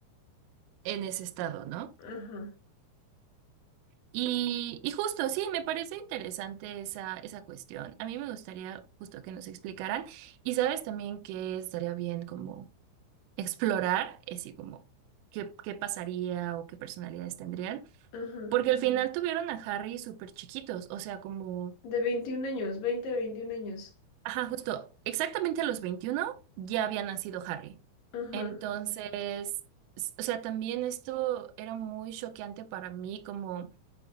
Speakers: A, on the right; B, on the left.
A: en ese estado, ¿no?
B: Ajá,
A: Y, y justo, sí, me parece interesante esa, esa cuestión. A mí me gustaría justo que nos explicaran. Y sabes también que estaría bien como explorar, así como qué, qué pasaría o qué personalidades tendrían,
B: ajá.
A: porque al final tuvieron a Harry súper chiquitos, o sea, como,
B: De 21 años, 20 21 años.
A: ajá, justo, exactamente a los 21 ya había nacido Harry.
B: Ajá.
A: Entonces, s- o sea, también esto era muy choqueante para mí como...